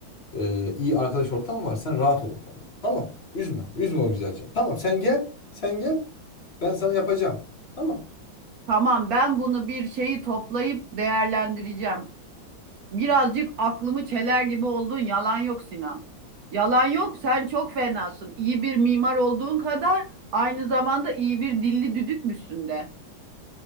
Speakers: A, on the left; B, on the right.
A: e, iyi arkadaş ortamı var. Sen rahat ol o konuda. Tamam. Üzme. Üzme o güzel canı. Tamam sen gel. Sen gel. Ben sana yapacağım. Tamam.
B: Tamam ben bunu bir şeyi toplayıp değerlendireceğim. Birazcık aklımı çeler gibi oldun. Yalan yok Sinan. Yalan yok. Sen çok fenasın. İyi bir mimar olduğun kadar aynı zamanda iyi bir dilli düdükmüşsün de.